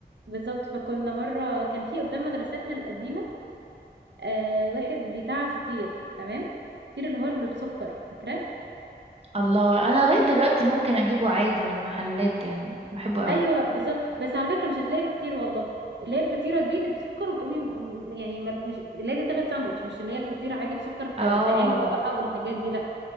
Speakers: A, on the right; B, on the right.
A: بالظبط فكنا مره كان في قدام مدرستنا القديمه آه واحد بتاع فطير تمام الفطير اللي هو اللي بالسكر فاكراه
B: الله انا لغايه دلوقتي ممكن اجيبه عادي من محلات يعني بحبه قوي
A: ايوه بالظبط بس على فكره مش هتلاقي كتير والله اللي هي الفطيره دي اللي بسكر وتقومي م- يعني ما- مش اللي هي تاخد ساندوتش مش اللي هي الفطيره عادي بسكر في,
B: اه
A: في علبه بقى والحاجات دي لا